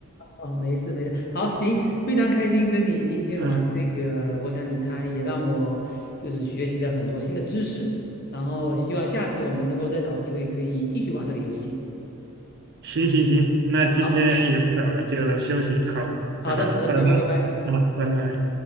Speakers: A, on the left; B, on the right.
A: 哦，没事没事，好，行，非常开心跟你今天玩这个，
B: <laughs> 嗯，
A: 我想你猜也让我就是学习了很多新的知识，然后希望下次我们能够再找机会可以继续玩这个游戏。
B: 行行行，那今天也不早了，
A: 好，
B: 就休息好啊，
A: 好的好的，
B: 拜
A: 拜拜拜拜，
B: 拜啊，
A: 嗯。
B: 拜拜。